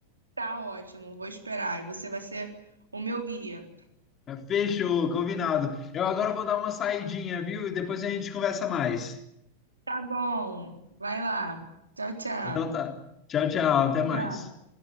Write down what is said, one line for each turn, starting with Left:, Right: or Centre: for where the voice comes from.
Right: Tá ótimo, vou esperar. E Você vai ser o meu guia.
Left: É, Fechou, combinado. Eu agora vou dar uma saidinha, viu? E depois a gente conversa mais.
Right: Tá bom, vai lá. Tchau, tchau.
Left: Então tá. Tchau, tchau,
Right: Um
Left: até
Right: abraço.
Left: mais.